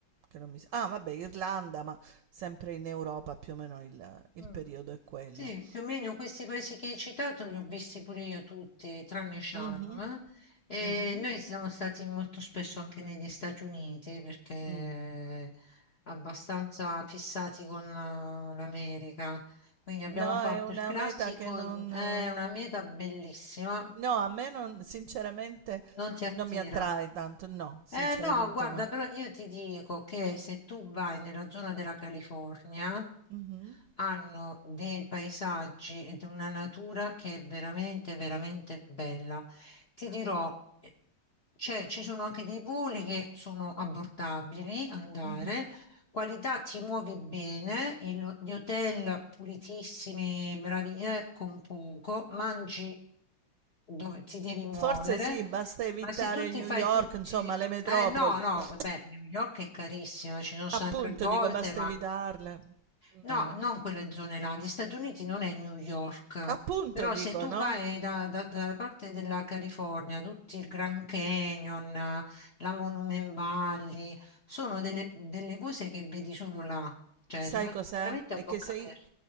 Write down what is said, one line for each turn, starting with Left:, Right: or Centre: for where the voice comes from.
Right: che non mi... s- Ah, vabbè, Irlanda, ma sempre in Europa più o meno il, il
Left: mm.
Right: periodo è quello.
Left: Sì, più o meno questi paesi che hai citato li ho visti pure io tutti, tranne Sharm.
Right: Mhm,
Left: E
Right: mhm,
Left: noi siamo stati molto spesso anche negli Stati Uniti perché
Right: mm.
Left: abbastanza fissati con la- l'America. Quindi abbiamo
Right: No,
Left: fatto
Right: è una
Left: il classico,
Right: meta che non...
Left: è
Right: eh,
Left: una meta bellissima,
Right: No, a me non, sinceramente
Left: non ti attira.
Right: non mi attrae tanto, no, sinceramente
Left: Eh no, guarda,
Right: no.
Left: però io ti dico che se tu vai nella zona della California,
Right: Mhm,
Left: hanno dei paesaggi ed una natura che è veramente, veramente bella. Ti dirò, eh, c'è- ci sono anche dei voli che sono abbordabili, andare,
Right: mhm.
Left: qualità ti muovi bene, il- gli hotel pulitissimi, bravi, eh, con poco, mangi dove ti devi muovere.
Right: Forse sì, basta evitare
Left: Ma se tu ti
Right: New
Left: fai
Right: York,
Left: tutti...
Right: insomma, le metropoli.
Left: Eh no, no,
Right: no?
Left: beh, New York è carissima, ci sono stata
Right: Appunto,
Left: tre volte,
Right: dico, basta
Left: ma
Right: evitarle.
Left: no,
Right: No.
Left: non quelle zone là. Gli Stati Uniti non è New York,
Right: Appunto,
Left: però
Right: dico,
Left: se tu
Right: no?
Left: vai da- da- dalla parte della California, tutti il Grand Canyon, eh, la Monument Valley, sono delle, delle cose che vedi solo là, cioè
Right: Sai
Left: rimani
Right: cos'è?
Left: veramente a
Right: È
Left: bocca
Right: che se
Left: aperta.
Right: i-